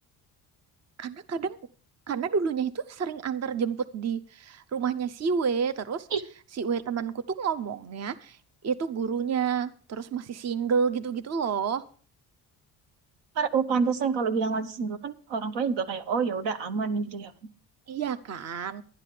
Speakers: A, on the right (about 35°); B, on the right (about 70°).
A: Karena kadang karena dulunya itu sering antar jemput di rumahnya si W, terus
B: Ih,
A: si W temanku tuh ngomongnya itu gurunya, terus masih single gitu-gitu loh.
B: para, oh, pantesan kalau bilang masih single kan orang tuanya juga kayak, oh ya udah aman gitu ya kan.
A: Iya kan?